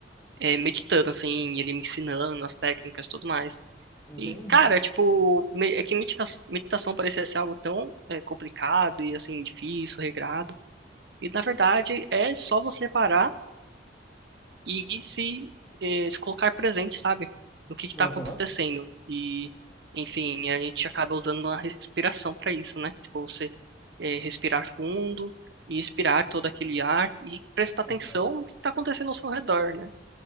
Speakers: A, on the right; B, on the left.
A: é, meditando, assim, e ele me ensinando as técnicas e tudo mais.
B: entendi.
A: E, cara, tipo, me- é que medita- meditação parecia ser algo tão é, complicado e, assim, difícil, regrado. E, na verdade, é só você parar e se, eh, se colocar presente, sabe? No que está
B: Aham,
A: acontecendo. E, enfim, a gente acaba usando uma respiração para isso, né? Tipo, você eh, respirar fundo e expirar todo aquele ar e prestar atenção
B: aham,
A: no que está acontecendo ao seu redor, né?